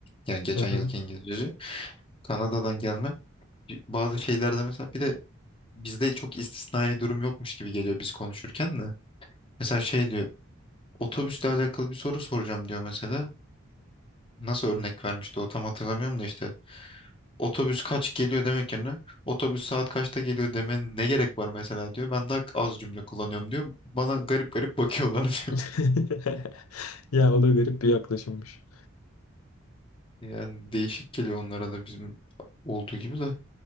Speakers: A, on the left; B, on the left.
A: yani geçen
B: Aha.
A: yılki İngilizceci Kanada'dan gelme. Bir- Bazı şeylerde mesela bir de bizde çok istisnai durum yokmuş gibi geliyor biz konuşurken de. Mesela şey diyor otobüsle alakalı bir soru soracağım diyor mesela. Nasıl örnek vermişti o tam hatırlamıyorum da işte. otobüs kaç geliyor demek yerine otobüs saat kaçta geliyor demenin ne gerek var mesela diyor. Ben daha az cümle kullanıyorum diyor. Bana garip garip bakıyorlar
B: <laughs>
A: <laughs> diyor.
B: Ya o da garip bir yaklaşımmış.
A: Yani değişik geliyor onlara da bizim olduğu gibi de.